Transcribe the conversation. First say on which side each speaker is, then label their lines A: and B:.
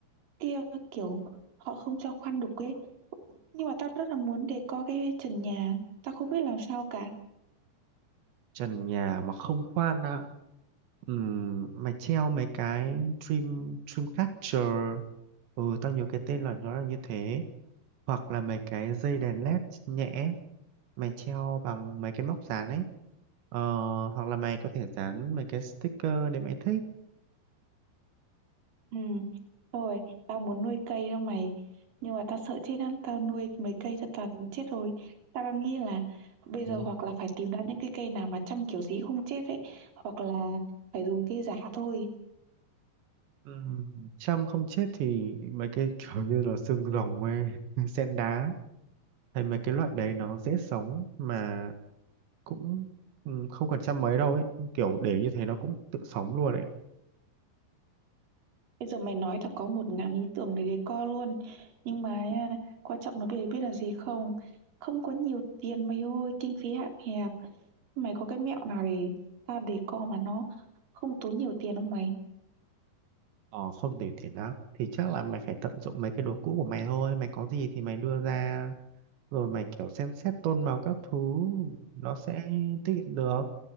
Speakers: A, on the right; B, on the right.
A: kia kiểu họ không cho khoan đục ấy. Nhưng mà tao rất là muốn đề co cái trần nhà. Tao không biết làm sao cả.
B: trần nhà mà không khoan à. Ừm, mày treo mấy cái dream dreamcatcher ừ tao nhớ cái tên là nó là như thế hoặc là mấy cái dây đèn led nhẹ mày treo bằng mấy cái móc dán ấy ờ, hoặc là mày có thể dán mấy cái sticker nếu mày thích
A: Ừ. Rồi, tao muốn nuôi cây đâu mày. Nhưng mà tao sợ chết lắm. Tao nuôi mấy cây tao toàn chết rồi. Tao đang nghĩ là bây
B: Ừ.
A: giờ hoặc là phải tìm ra những cái cây nào mà chăm kiểu gì cũng không chết ấy. Hoặc là phải dùng cây giả thôi.
B: Ừm, Chăm không chết thì mấy cái <laughs> kiểu như là xương rồng ấy, <laughs> sen đá hay mấy cái loại đấy nó dễ sống mà cũng ừm, không cần chăm mấy đâu ấy kiểu để như thế nó cũng tự sống luôn ấy
A: Bây giờ mày nói tao có một ngàn ý tưởng để decor luôn Nhưng mà nha, quan trọng là mày biết là gì không Không có nhiều tiền mày ơi Kinh phí hạn hẹp Mày có cái mẹo nào để tao decor mà nó không tốn nhiều tiền không mày
B: ờ không để tiền đó thì chắc là mày phải tận dụng mấy cái đồ cũ của mày thôi mày có gì thì mày đưa ra rồi mày kiểu xem xét tôn màu các thứ nó sẽ tiết kiệm được